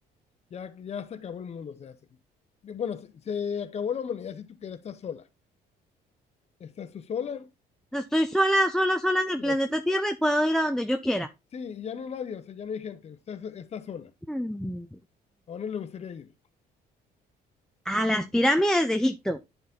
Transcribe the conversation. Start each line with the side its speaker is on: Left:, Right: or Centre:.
Left: ya, ya se acabó el mundo, o sea, se- bueno, se, se acabó la humanidad si tú quieres, estás sola. Estás tú sola,
Centre: Estoy sola, sola, sola en el
Left: es-
Centre: planeta Tierra y puedo ir a donde yo quiera.
Left: sí, ya no hay nadie, o sea, ya no hay gente, usted es- está sola.
Centre: Mm,
Left: ¿A dónde le gustaría ir?
Centre: A las pirámides de Egipto.